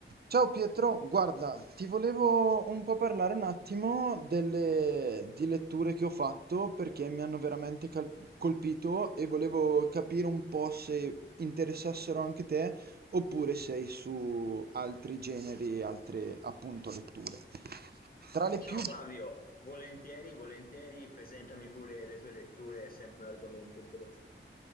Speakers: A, on the right (about 50°); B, on the left (about 45°).
A: Ciao Pietro, guarda, ti volevo un po' parlare un attimo delle, di letture che ho fatto perché mi hanno veramente cal- colpito e volevo capire un po' se interessassero anche te oppure sei su altri generi, altre appunto letture. Tra le
B: Ciao
A: più
B: Flavio, volentieri, volentieri, presentami pure le tue letture, è sempre un argomento interessante.